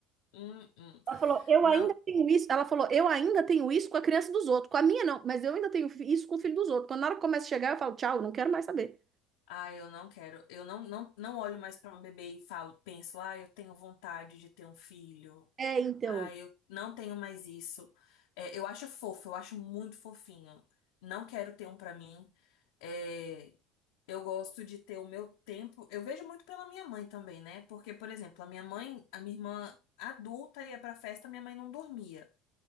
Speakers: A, on the left; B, on the right.
A: Hum, hum.
B: Ela falou, eu
A: Não
B: ainda tenho isso. Ela falou, eu ainda tenho isso com a criança dos outros. Com a minha, não, mas eu ainda tenho isso com o filho dos outros. Quando na hora que começa a chegar, eu falo, tchau, não quero mais saber.
A: Ah, eu não quero. Eu não, não, não olho mais para um bebê e falo, penso, ah, eu tenho vontade de ter um filho.
B: É, então.
A: Ah, eu não tenho mais isso. É, eu acho fofo, eu acho muito fofinho. Não quero ter um para mim. É, eu gosto de ter o meu tempo. Eu vejo muito pela minha mãe também, né? Porque, por exemplo, a minha mãe, a minha irmã adulta ia pra festa, minha mãe não dormia